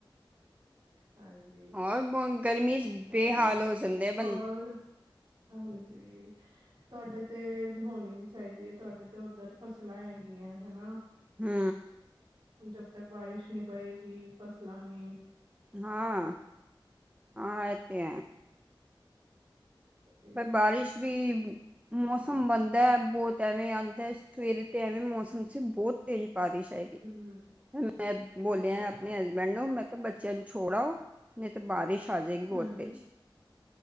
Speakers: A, on the right (about 45°); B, on the right (about 15°).
A: ਹਾਂਜੀ
B: ਔਰ ਬਹੁਤ ਗਰਮੀ ਚ
A: ਹੋਰ।
B: ਬੇਹਾਲ ਹੋ ਜਾਂਦੇ
A: ਹੋਰ,
B: ਬੰ
A: ਹਾਂਜੀ। ਤੁਹਾਡੇ ਤੇ ਹੋਣੀ ਵੀ ਚਾਹੀਦੀ ਹੈ, ਤੁਹਾਡੇ ਤੇ ਉੱਧਰ 'ਫਸਲਾਂ' ਹੈਗੀਆਂ ਹਨਾ।
B: ਹੂੰ।
A: ਜਬ ਤੱਕ 'ਬਾਰਿਸ਼' ਨਹੀਂ ਪਵੇਗੀ। ਫਸਲਾਂ ਨੂੰ
B: ਹਾਂ, ਹਾਂ ਇ ਤੇ
A: ਕੋਈ
B: ਪਰ ਬਾਰਿਸ਼ ਵੀ ਮੌਸਮ ਬਣਦਾ ਹੈ। ਬਹੁਤ ਐਵੇਂ ਆਉਂਦਾ 'ਸਵੇਰੇ' ਤੇ ਐਵੇਂ ਮੌਸਮ ਸੀ ਬਹੁਤ ਤੇ ਪਾਰਿਸ਼ ਹੈਏਗੀ,
A: ਹਮ
B: ਮੈਂ ਬੋਲਿਆ
A: ਅੱਛਾ ਅੱਛਾ
B: ਆਪਣੇ ਮੈਨੂੰ ਮੈਂ ਕਿਹਾ ਬੱਚਿਆਂ ਨੂੰ ਛੋੜ ਆਓ ਨਹੀਂ ਤੇ ਬਾਰਿਸ਼ ਆ ਜਾਏਗੀ ਬਹੁਤ
A: ਹਮ
B: ਤੇਜ।